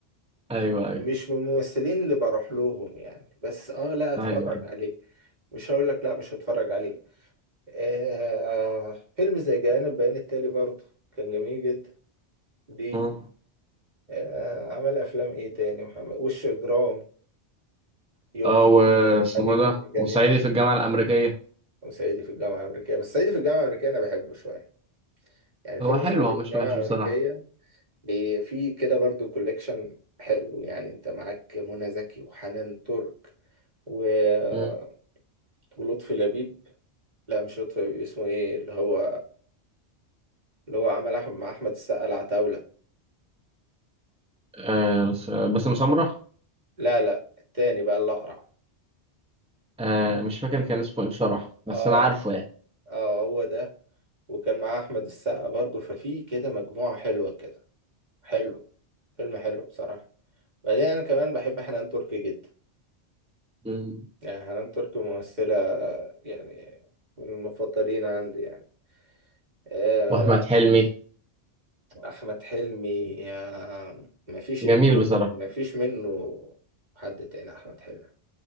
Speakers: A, in the centre; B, on the right.
A: ايوه ايوه
B: مش من الممثلين اللي بروح لهم يعني بس اه لا اتفرج
A: ايوه
B: عليه مش هقول لك لا مش هتفرج عليه آه فيلم زي جانب بيان التالي برضه كان جميل جدا ليه
A: ايوه
B: آه عمل افلام ايه تاني محمد وش اجرام يوم
A: اه واسمه
B: حبيبي
A: ده
B: مجانين
A: وصعيدي في الجامعة الأمريكية
B: وصعيدي في الجامعة الأمريكية بس صعيدي في الجامعة الأمريكية أنا بحبه شوية يعني
A: هو
B: فيلم
A: حلو
B: صعيدي
A: هو مش
B: في الجامعة
A: وحش
B: الأمريكية
A: بصراحة
B: بي- فيه كده برضو كوليكشن حلو يعني أنت معاك منى زكي وحنان ترك و-
A: مم.
B: ولطفي لبيب لا مش لطفي لبيب اسمه إيه اللي هو اللي هو عمل أحمد مع أحمد السقا العتاولة
A: آه بس بس مسمرح
B: لا لا التاني بقى اللي أقرع
A: آه مش فاكر كان اسمه ايه بصراحة بس
B: آه
A: أنا عارفه يعني
B: آه هو ده وكان معاه أحمد السقا برضو ففي كده مجموعة حلوة كده حلو فيلم حلو بصراحة بعدين أنا كمان بحب حنان تركي جدا
A: مم.
B: يعني حنان تركي ممثلة آه، يعني من المفضلين عندي يعني آه،
A: وأحمد حلمي
B: أحمد حلمي آه، مفيش
A: جميل
B: اتنين
A: بصراحة
B: مفيش منه حد تاني أحمد حلمي